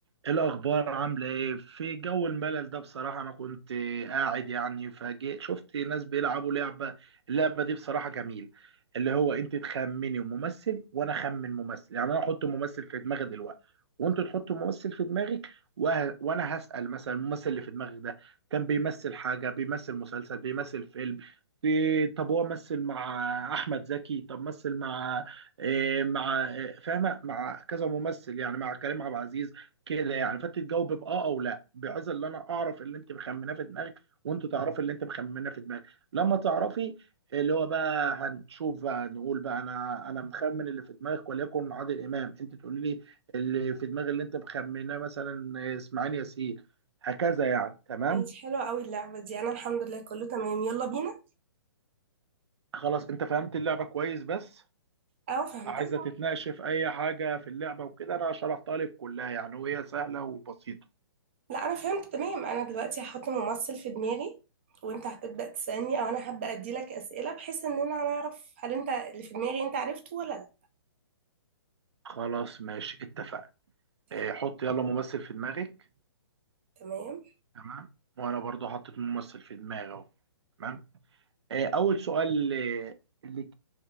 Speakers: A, on the right (about 80°); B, on the right (about 25°).
A: ايه الاخبار عامله ايه في جو الملل ده بصراحه انا كنت قاعد يعني فجأة شفت ناس بيلعبوا لعبه اللعبه دي بصراحه جميل اللي هو انت تخمني ممثل وانا اخمن ممثل يعني انا احط ممثل في دماغي دلوقتي وانت تحط ممثل في دماغك وه... وانا هسأل مثلا الممثل اللي في دماغك ده كان بيمثل حاجه بيمثل مسلسل بيمثل فيلم بي... طب هو مثل مع احمد زكي طب مثل مع إيه مع إيه فاهمه مع كذا ممثل يعني مع كريم عبد العزيز كده يعني فانت تجاوب باه او لا بحيث ان انا اعرف اللي انت مخمناه في دماغك وانت تعرفي اللي انت مخمناه في دماغك لما تعرفي اللي هو بقى هنشوف بقى نقول بقى انا انا مخمن اللي في دماغك وليكن عادل امام انت تقولي لي اللي في دماغ اللي انت مخمناه مثلا اسماعيل ياسين هكذا يعني تمام
B: ماشي حلوة قوي اللعبة دي أنا الحمد لله كله تمام يلا بينا
A: خلاص انت فهمت اللعبه كويس بس
B: أو فهمتها
A: عايزه تتناقش في اي حاجه في اللعبه وكده انا شرحتها لك كلها يعني وهي سهله وبسيطه
B: لا أنا فهمت تمام أنا دلوقتي هحط ممثل في دماغي وأنت هتبدأ تسألني أو أنا هبدأ أديلك أسئلة بحيث إننا هنعرف هل أنت اللي في دماغي أنت عرفته ولا لا
A: خلاص ماشي اتفقنا
B: تف-
A: اه، حط يلا ممثل في دماغك
B: تمام
A: تمام وانا برضو حطيت ممثل في دماغي اهو تمام آه، اول سؤال آه، اللي